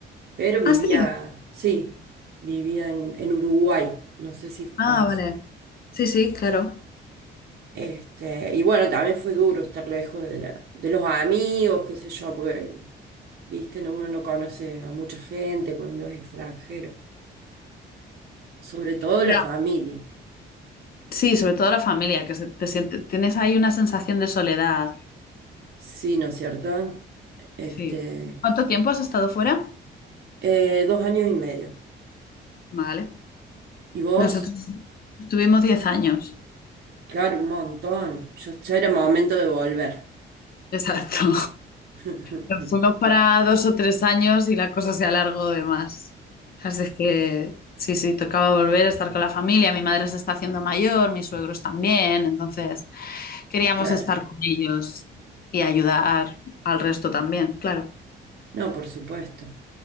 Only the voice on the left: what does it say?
Ah, sí.
Ah, vale. Sí, sí, claro.
Ya.
Sí, sobre todo la familia, que se- te siente, tienes ahí una sensación de soledad.
Sí. ¿Cuánto tiempo has estado fuera?
Vale.
Nosotros estuvimos 10 años.
Exacto.
Nos fuimos para dos o tres años y la cosa se alargó de más. Así es que sí, sí, tocaba volver a estar con la familia. Mi madre se está haciendo mayor, mis suegros también. Entonces queríamos
estar con ellos y ayudar al resto también, claro.